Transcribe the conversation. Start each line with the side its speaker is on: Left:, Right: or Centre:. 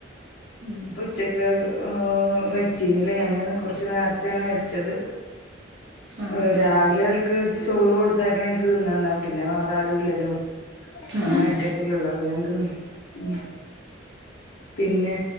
Right: ഉം
Left: ഉച്ചക്ക് ഈഹ് വെ ച്ചീന്നില്ലേ ഞാന് കൊറച്ച് നേരത് ത്തണ് വെച്ചത്
Right: ആഹ്
Left: ഏ രാവിലെ
Right: ആഹ്
Left: ഓൽക്ക് ചോറ് കൊടുത്തേക്കണ എനിക്ക് തിന്നാണ്ടാവും. പിന്നെ വേറെ ആരും ഇല്ലല്ലോ
Right: ആഹ്
Left: ഞാൻ ഒറ്റക്കല്ലുള്ളൂ. അത് ഞാൻ തിന്നും. ഉം പിന്നെ